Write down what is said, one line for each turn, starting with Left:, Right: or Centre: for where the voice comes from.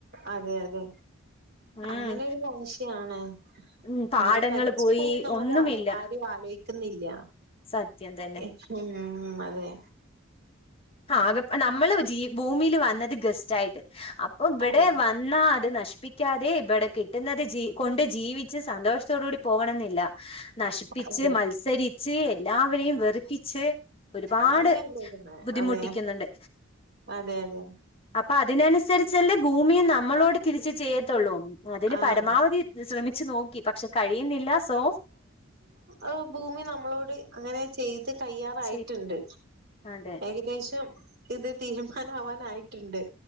Right: അതെ അതെ
Left: ഉം
Right: അങ്ങനെ ഒരു വാശിയാണ്
Left: ഉം പാടങ്ങൾ
Right: നാളെ മരിച്ചു
Left: പോയി
Right: പോവുന്ന്
Left: ഒന്നുമില്ല
Right: ആരും <unintelligible> ആലോയ്ക്കുന്നില്ല
Left: സത്യം തന്നെ
Right: <unintelligible> അതെ
Left: ആ അത് നമ്മള് ജീ ഭൂമിയില് വന്നത് ഗസ്റ്റായിട്ട് അപ്പൊ ഇവിടെ
Right: അതെ
Left: വന്നാ അത് നശി പ്പിക്കാതെ ബെടെ കിട്ടുന്നത് ജീ കൊണ്ട് ജീവിച്ച് സന്തോഷത്തോടു കൂടി പോകണന്നില്ല. നശിപ്പിച്ച്
Right: അതെ
Left: മത്സരിച്ച് എല്ലാവരെയും വെറുപ്പിച്ച് ഒരുപാട്
Right: അങ്ങനെ പോകുന്നെ
Left: ബുദ്ധിമുട്ടിക്കുന്ന്ണ്ട്.
Right: അതെ അതെ അതെ
Left: അപ്പ അതിനനുസരിച്ചല്ലേ ഭൂമിയും നമ്മളോട് തിരിച്ച് ചെയ്യ ത്തുള്ളൂ അതിന്
Right: ആഹ്
Left: പരമാവധി ശ്രമിച്ചു നോക്കി പക്ഷെ കഴിയുന്നില്ല സോ
Right: അഹ് ഭൂമി നമ്മളോട് അങ്ങനെ ചെയ്ത് കയ്യാറായിട്ട്ണ്ട്
Left: ശരി അതെ
Right: ഏകദേശം ഇത് തീരുമാനം ആവാനായിട്ട്ണ്ട്.